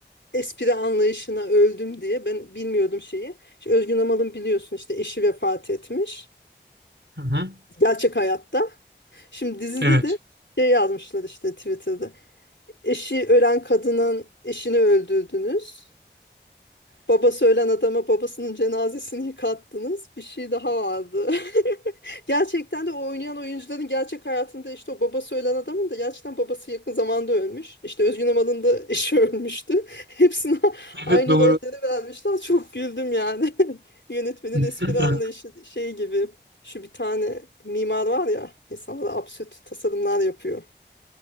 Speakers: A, on the left; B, on the right.
A: espri anlayışına öldüm diye ben bilmiyordum şeyi. İşte Özgün Amal'ın biliyorsun işte eşi vefat etmiş
B: Hı hı.
A: gerçek hayatta. Şimdi dizide
B: Evet.
A: de şey yazmışlar işte Twitter'da. Eşi ölen kadının eşini öldürdünüz. Babası ölen adama babasının cenazesini yıkattınız. Bir şey daha vardı. <laughs> Gerçekten de o oynayan oyuncuların gerçek hayatında işte o babası ölen adamın da gerçekten babası yakın zamanda ölmüş. İşte Özgün Amal'ın da eşi ölmüştü. <laughs> Hepsine aynı
B: Evet doğru.
A: rolleri vermişler. Çok güldüm yani. <laughs> Yönetmenin
B: <laughs>
A: espri anlayışı şey gibi. Şu bir tane mimar var ya insanlara absürt tasarımlar yapıyor.